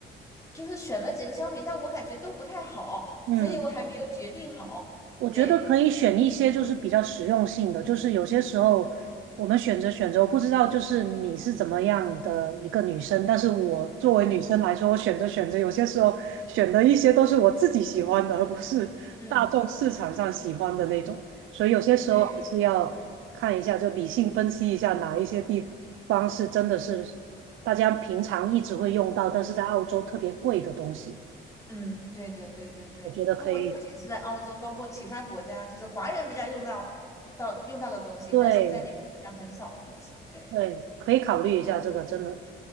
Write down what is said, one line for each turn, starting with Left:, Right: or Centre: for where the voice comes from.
Left: 就是选了几个商品，但我感觉都不太好，
Right: 嗯。
Left: 所以我还没有决定好。
Right: 我觉得可以选一些就是比较实用性的，
Left: 对。
Right: 就是有些时候我们选择选择，我不知道就是你是怎么样的一个女生，但是我作为女生来说，
Left: 嗯
Right: 我选择选择，有些时候选的一些都是我自己喜欢的，而不是大众市场上喜欢的那种，
Left: 嗯，
Right: 所以有些时候还是要看一下，
Left: 对，
Right: 就理性分析一下哪一些地方是真的是大家平常一直会用到，但是在澳洲特别贵的东西，
Left: 嗯，对对对对对，
Right: 我觉得可以。
Left: 不过不仅是在澳洲，包括其他国家，就是华人比较用到到用到的东西，
Right: 对，
Left: 但是在那个国家很少的东西。对
Right: 对，可以考虑一下这个，真的